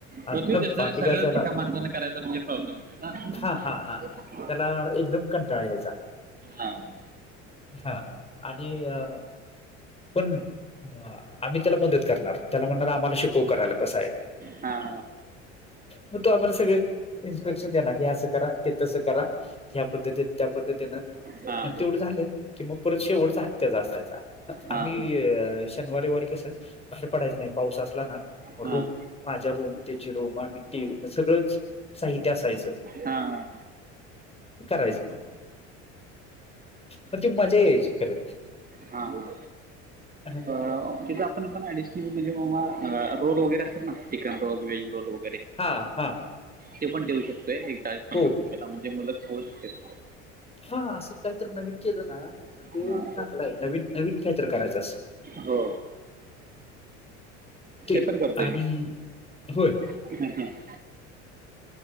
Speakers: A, on the left; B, on the right.
A: असं
B: बदलीत
A: भांडी
B: कस सगळंच
A: घासायला
B: एका माणसान करायच म्हणजे प्रॉब्लेम येतोय ना-
A: हा हा हा त्याला एकदम कंटाळा यायचा.
B: हां
A: हा आणि अ पण म आम्ही त्याला मदत करणार त्याला म्हणणार आम्हाला शिकव करायला कसं हाय
B: हां
A: म तो आम्हाला सगळ इन्स्पेक्शन देणार हे असं करा ते तसं करा ह्या पद्धतीन त्या पद्धतीनं
B: हां
A: तेवढं झालं की म परत शेवटचा हात त्याचा असायचा. आम्ही
B: हां हां हां
A: शनवाररविवारी कस बाहेर पडायचं नाय पाऊस असला ना म
B: हां
A: रूम
B: हां
A: माझ्या रूम त्याची रूम आम्ही तीन म सगळंच साहित्य असायचं.
B: हां हां
A: करायचं मग पण ती मजा यायची खरं
B: हा हा
A: हा
B: अ तिथं आपण पण अडिशनल म्हणजे म मा अ रोल वगैरे असतात ना चिकन रोल व्हेज रोल व गैरे
A: हा हा.
B: ते पण ठेऊ शकतोय एक चाळीस पन्नास
A: हो
B: रुपयाला म्हणजे मुलं खाऊ शकत्यात.
A: हा असंचं काहीतर नवीन केलं ना तर ते
B: हां
A: चांगलं हाय. नवीन नवीन कायतर करायच अस
B: हो
A: ते
B: पण करतो
A: आणि
B: आहे मी
A: होय.
B: <unintelligible>